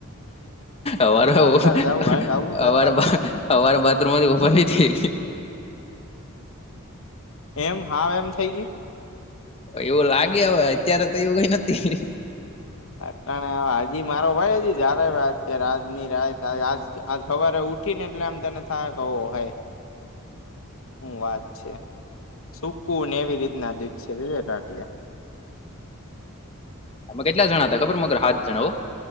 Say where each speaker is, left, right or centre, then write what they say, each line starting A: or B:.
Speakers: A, on the left; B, on the left.
A: અરો
B: દાતાર જવું
A: <unintelligible>
B: હાલ આવું દાતાર
A: અવાર અવાર બાથરૂમ મ ઓપન નથી
B: એમ હાવ એમ થઈ ગયું.
A: એવું લાગે હવે અત્યારે તો એવું કઈ નથી.
B: આટણે હજી મારો ભાઈ હજી જલે ભત છે રાતની રાત ત આ આ સવારે ઉઠી ને એટલે આમ તને થાય ક હ હું વાત છે સુકું ને એવી રીતના દીખ છેટ
A: આમે કેટલા જણા હતા ખબર મગર સાત જણા હો.